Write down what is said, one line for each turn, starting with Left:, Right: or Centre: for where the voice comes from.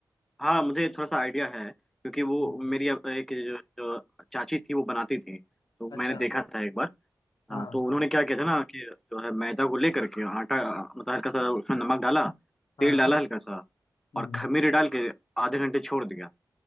Centre: हाँ मुझे थोड़ा सा आइडिया है क्योंकि वो
Left: हम्म
Centre: मेरी अब एक जो, जो चाची थी वो बनाती थी तो
Left: अच्छा
Centre: मैंने देखा था एक बार
Left: हाँ
Centre: हाँ तो उन्होंने
Left: हाँ
Centre: क्या किया था ना कि जो है मैदा को लेकर के आटा मतलब हल्का सा उसमें नमक डाला
Left: हाँ
Centre: तेल डाला हल्का सा
Left: हम्म
Centre: और खमीर डाल के आधे घंटे छोड़ दिया